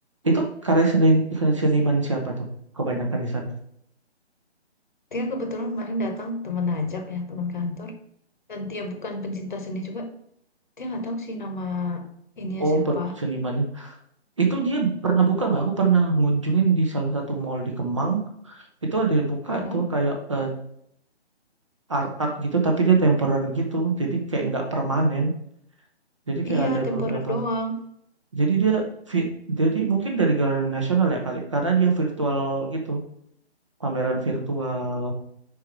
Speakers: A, on the right; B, on the left.
A: Itu karya seni- seniman siapa tuh? Kebanyakan di sana.
B: Dia kebetulan kemarin datang temen ajak ya, teman kantor. Dan dia bukan pencinta seni juga. Dia nggak tahu sih nama ininya
A: Oh,
B: siapa.
A: pe- seniman Itu dia pernah buka nggak? Aku pernah ngunjungin di salah satu mall di Kemang. Itu ada yang buka
B: Mm-mm.
A: tuh kayak eh, art-art gitu, tapi dia temporary gitu. Jadi kayak nggak permanen. Jadi kayak
B: Iya,
A: ada
B: temporer
A: beberapa.
B: doang.
A: Jadi dia fit. Jadi mungkin dari galeri nasional ya kali, karena dia virtual gitu, pameran virtual.